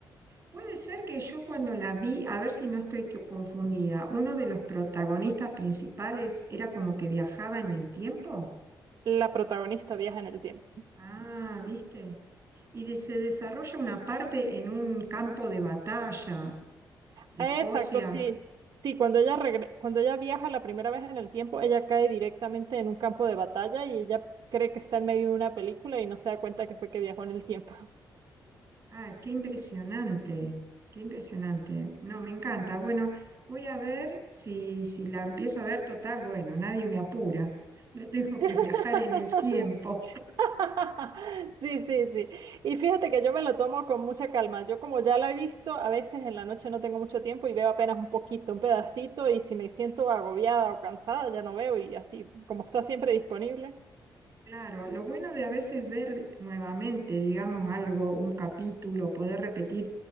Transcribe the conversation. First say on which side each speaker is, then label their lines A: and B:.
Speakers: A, on the right; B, on the right.
A: Puede ser que yo cuando la vi, a ver si no estoy co- confundida, uno de los protagonistas principales era como que viajaba en el tiempo.
B: La protagonista viaja en el tiempo.
A: Ah, ¿viste? Y de- se desarrolla una parte en un campo de batalla de
B: Ah,
A: Escocia.
B: Exacto, sí. Sí, cuando ella regre- cuando ella viaja la primera vez en el tiempo, ella cae directamente en un campo de batalla y ella cree que está en medio de una película y no se da cuenta que fue que viajó en el tiempo.
A: Ah, qué impresionante, qué impresionante. No, me encanta. Bueno, voy a ver si, si la empiezo a ver total. Bueno, nadie me apura. No tengo
B: <laughs>
A: que viajar en el tiempo.
B: <laughs> Sí, sí, sí. Y fíjate que yo me lo tomo con mucha calma. Yo como ya la he visto, a veces en la noche no tengo mucho tiempo y veo apenas un poquito, un pedacito, y si me siento agobiada o cansada, ya no veo y así, como está siempre disponible.
A: Claro, lo bueno de a veces ver de- nuevamente, digamos, algo, un capítulo, poder repetir,